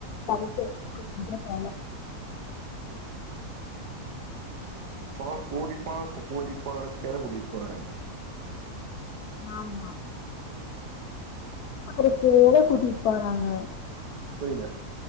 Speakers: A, on the left (about 75°); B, on the right (about 85°).
A: கடைசி வரிக்கி கூட்டிட்டே போல.
B: சோ கூட்டிட் போனாலு இப்போ கூட்டிட் போன எடத்துக்கேதா கூட்டிட் போறாங்க.
A: ஆமா. பாருக்கேதா கூட்டிட் போறாங்க.
B: புரில.